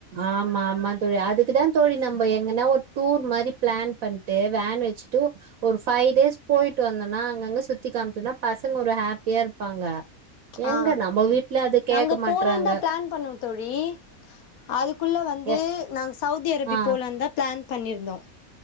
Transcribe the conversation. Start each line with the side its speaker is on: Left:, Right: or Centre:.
Right: ஆமா ஆமா தோழி அதுக்குதான் தோழி நம்ப எங்கன்னா ஒரு டூர் மாரி பிளான் பண்ணிட்டு வேன் வச்சுட்டு ஒரு பஃபைவ் டேஸ் போயிட்டு வந்தோனா அங்கங்க சுத்தி காமிச்சோம்னா பசங்க ஒரு ஹாப்பியா இருப்பாங்க எங்க
Left: ஆ
Right: நம்ம வீட்ல அது கேக்க
Left: அங்க
Right: மாட்றாங்க
Left: போலந்தா பிளான் பண்ணுவோம் தோழி அதுக்குள்ளே வந்து
Right: எ
Left: நாங்க சவுதி அரேபி
Right: ஆ
Left: போல இருந்தால் ன் பண்ணியிருந்தோம்